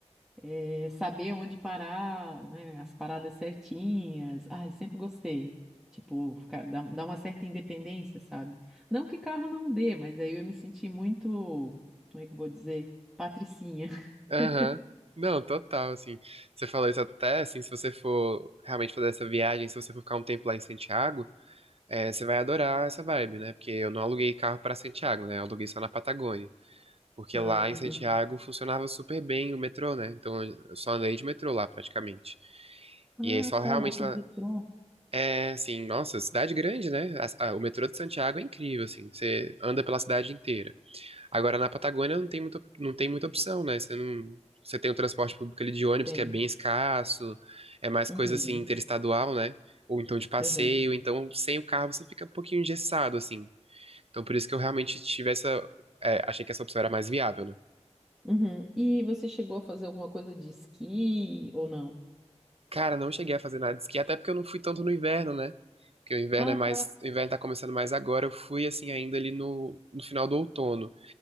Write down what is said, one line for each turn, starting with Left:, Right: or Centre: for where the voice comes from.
Centre: eh, saber onde parar, né, as paradas certinhas. Ai, sempre gostei. Tipo, ficar, dá, dá uma certa independência, sabe? Não que carro não dê, mas aí eu me senti muito, como é que eu vou dizer? Patricinha.
Right: Aham.
Centre: <laughs>
Right: Não, total, assim. Você falou isso até, assim, se você for realmente fazer essa viagem, se você for ficar um tempo lá em Santiago, é, você vai adorar essa vibe, né? Porque eu não aluguei carro pra Santiago, né? Eu aluguei só na Patagônia. Porque
Centre: Ah,
Right: lá em
Centre: entendi.
Right: Santiago funcionava super bem o metrô, né? Então eu só andei de metrô lá praticamente.
Centre: Ah,
Right: E aí só
Centre: tá,
Right: realmente
Centre: lá tem
Right: lá.
Centre: metrô.
Right: É assim, nossa, cidade grande, né? A- a- o metrô de Santiago é incrível, assim. Você anda pela cidade inteira. Agora na Patagônia não tem muita, não tem muita opção, né? Você não, você tem o transporte público ali de ônibus
Centre: Tem.
Right: que é bem escasso, é mais
Centre: Uhum.
Right: coisa assim interestadual, né? Ou então de passeio,
Centre: Uhum.
Right: então sem o carro você fica um pouquinho engessado, assim. Então por isso que eu realmente tive essa, é, achei que essa opção era mais viável, né?
Centre: Uhum. E você chegou a fazer alguma coisa de esqui ou não?
Right: Cara, não cheguei a fazer nada de esqui, até porque eu não fui tanto no inverno, né? Porque o inverno
Centre: Ah,
Right: é mais,
Centre: tá.
Right: o inverno tá começando mais agora. Eu fui assim ainda ali no, no final do outono.